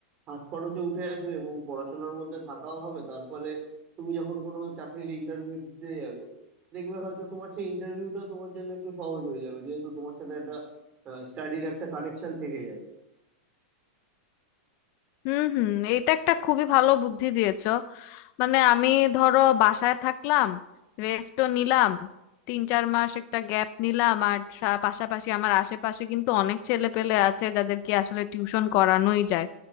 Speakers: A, on the right (about 25°); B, on the left (about 35°).
A: হাত খরচে উঠে আসবে এবং পড়াশোনার মধ্যে থাকাও হবে তার ফলে তুমি যখন কোনো চাকরির ইন্টারভিউ দিতে যাবে দেখবে হয়তো তোমার সেই ইন্টারভিউটা তোমার জন্য একটু সহজ হয়ে যাবে যেহেতু তোমার সাথে একটা স্টাডির একটা কানেকশন থেকে যাবে
B: হুম হুম এটা একটা খুবই ভালো বুদ্ধি দিয়েছো মানে আমি ধরো বাসায় থাকলাম রেস্টও নিলাম তিন চার মাস একটা গ্যাপ নিলাম আর সা- পাশাপাশি আমার আশেপাশে কিন্তু অনেক ছেলে পেলে আছে যাদেরকে আসলে টিউশন করানোই যায়